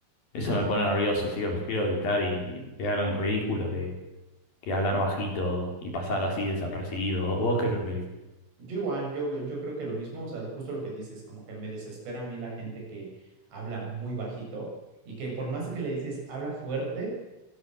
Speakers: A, on the left; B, on the right.
A: Eso me pone nervioso, así que prefiero gritar y quedar en ridículo que, que hablar bajito y pasar así desapercibido. ¿Vos qué preferís?
B: Yo igual, yo, yo creo que lo mismo, o sea, justo lo que dices, como que me desespera a mí la gente que habla muy bajito y que por más que le dices habla fuerte,